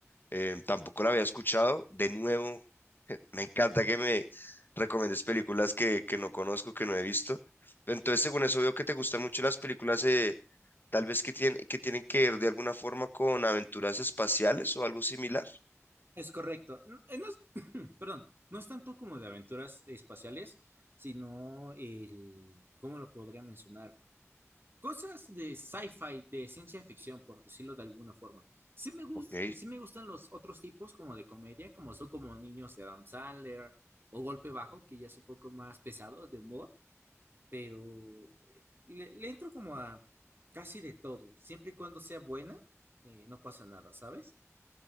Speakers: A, on the left; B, on the right.
A: eh, tampoco lo había escuchado. De nuevo, <laughs> me encanta que me recomiendes películas que, que no conozco, que no he visto. Entonces, según eso, veo que te gustan mucho las películas, eh, tal vez que, tienen que tienen que ver de alguna forma con aventuras espaciales o algo similar.
B: Es correcto. No, eh, no es- <clears throat> perdón, no es tanto como de aventuras espaciales, sino el, ¿cómo lo podría mencionar? Cosas de sci-fi, de ciencia ficción, por decirlo de alguna forma. Sí me gus-
A: Ok.
B: sí me gustan los otros tipos como de comedia, como son como Niños de Adam Sandler o Golpe Bajo, que ya es un poco más pesado de humor, pero eh, le, le entro como a casi de todo. Siempre y cuando sea buena, eh, no pasa nada, ¿sabes?